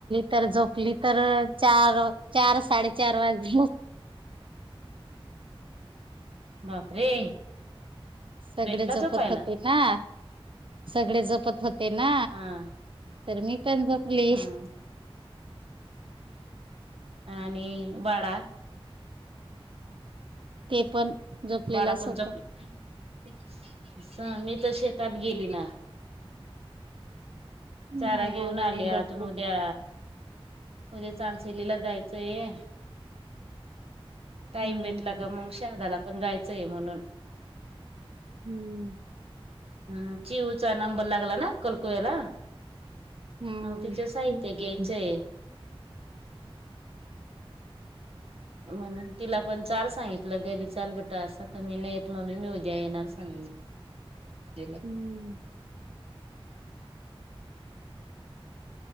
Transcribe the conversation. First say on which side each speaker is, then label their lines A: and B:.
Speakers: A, on the right; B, on the right.
A: तर झोपली तर च चार साडे चार वाज
B: बापरे
A: सगळे
B: भेटला
A: झोपत
B: झोपायला
A: होते ना सगळे जपत होते ना
B: हा
A: तर मी पण झोपली
B: हा आणि वडा
A: ते पण झोपलेला
B: बाडा
A: सोबत
B: पण जपले स मी तर शेतात गेली ना
A: नाही
B: चारा घेऊन
A: आम्ही
B: आले
A: नाही जात
B: अजून उद्या उे चचाानसलीला जायचंय टाईम
A: हम्म
B: भेटला का मग शहादाला पण जायचंय म्हणून
A: हम्म
B: हम् चिऊचा नंबर लागला ना कलकुवला
A: हम्म
B: मग तिच्या साहित्या घ्यायचे म्हणून तिला पण चाल सांगितलं घरी चाल बेटा असं तर मी नाही येत मग मी उज्या येणार सांगून तला
A: हम्म